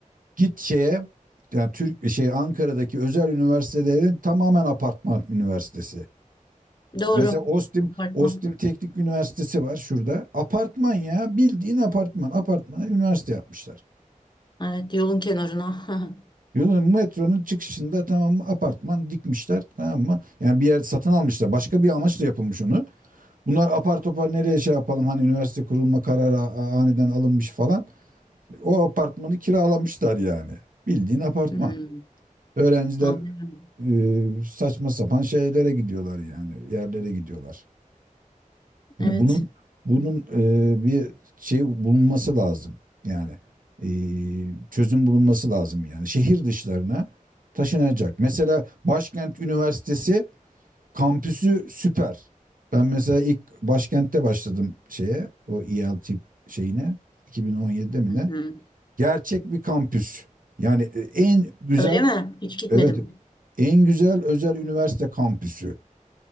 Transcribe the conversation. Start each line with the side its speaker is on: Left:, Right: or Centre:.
Right: Git şeye yani Türk şey Ankara'daki özel üniversitelerin tamamen apartman üniversitesi.
Left: doğru
Right: Mesela Ostim
Left: apartman
Right: Ostim Teknik Üniversitesi var şurada. Apartman ya bildiğin apartman. Apartmana üniversite yapmışlar.
Left: evet yolun kenarına <laughs>
Right: Yolun metronun çıkışında tamam mı apartman dikmişler tamam mı? Yani bir yer satın almışlar. Başka bir amaçla yapılmış onu. Bunlar apar topar nereye şey yapalım hani üniversite kurulma kararı a- aniden alınmış falan. O apartmanı kiralamışlar yani. Bildiğin apartman.
Left: hmm,
Right: Öğrenciler
Left: anlıyorum
Right: e, saçma sapan şeylere gidiyorlar yani yerlere gidiyorlar. Hani
Left: evet
Right: bunun bunun e, bir şey bulunması lazım yani e, çözüm bulunması lazım yani şehir dışlarına taşınacak. Mesela Başkent Üniversitesi kampüsü süper. Ben mesela ilk başkentte başladım şeye o ELT şeyine 2017'de mi
Left: Hı
Right: ne?
Left: hı.
Right: Gerçek bir kampüs. Yani e, en güzel
Left: Öyle mi hiç gitmedim
Right: Evet. En güzel özel üniversite kampüsü.